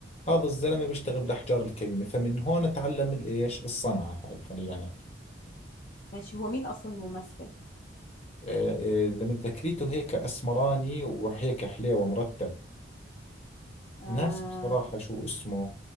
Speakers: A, on the left; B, on the left.
A: هذا الزلمة بيشتغل بالأحجار الكريمة فمن هون تعلم الإيش الصنعة هاي خلينا نحكي
B: ماشي هو مين اصلا الممثل؟
A: آه، آه، لما ذكريته هيك أسمراني وهيك حليوة مرتب
B: آه...
A: ناس بصراحة شو اسمه